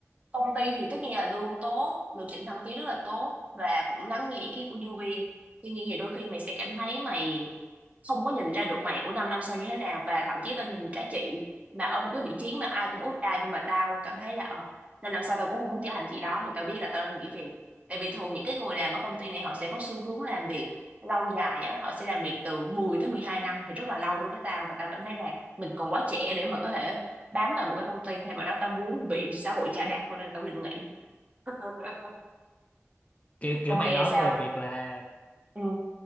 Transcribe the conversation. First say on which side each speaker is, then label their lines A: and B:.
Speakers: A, on the right; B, on the left.
A: công ty thì tất nhiên là lương tốt lộ trình thăng tiến rất là tốt và cũng lắng nghe ý kiến của nhân viên tuy nhiên thì đôi khi mày sẽ cảm thấy mày không có nhìn ra được mày của 5 năm sau như thế nào và thậm chí tao nhìn các chị mà ở một cái vị trí mà ai cũng ước ao nhưng mà tao cảm thấy là ờ năm năm sau tao cũng không muốn trở thành chị đó thì tao biết là tao đang nghỉ việc tại vì thường những cái người làm ở công ty này họ sẽ có xu hướng làm việc lâu dài á họ sẽ làm việc từ 10 tới 12 năm thì rất là lâu đối với tao và tao cảm thấy là mình còn quá trẻ để mà có thể bám vào một cái công ty thay vào đó tao muốn bị xã hội chà đạp hơn nên là tao quyết định nghỉ <laughs>
B: kiểu kiểu
A: còn mày
B: mày nói
A: thì sao
B: về việc là
A: ừ